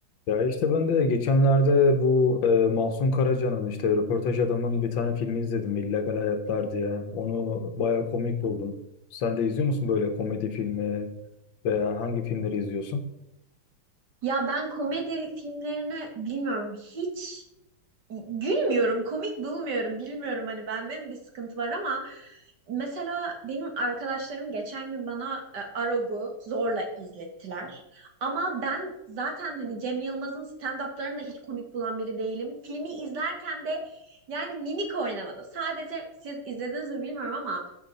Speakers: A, on the left (about 65°); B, on the right (about 55°).
A: Ya işte ben de geçenlerde bu e, Mahsun Karaca'nın işte röportaj adamın bir tane filmi izledim İllegal Hayatlar diye. Onu bayağı komik buldum. Sen de izliyor musun böyle komedi filmi veya hangi filmleri izliyorsun?
B: Ya ben komedi filmlerini bilmiyorum hiç gülmüyorum, komik bulmuyorum. Bilmiyorum hani bende mi bir sıkıntı var ama mesela benim arkadaşlarım geçen gün bana e, Arog'u zorla izlettiler. Ama ben zaten hani Cem Yılmaz'ın stand-up'larını da hiç komik bulan biri değilim. Filmi izlerken de yani mimik oynamadı. Sadece siz izlediniz mi bilmiyorum ama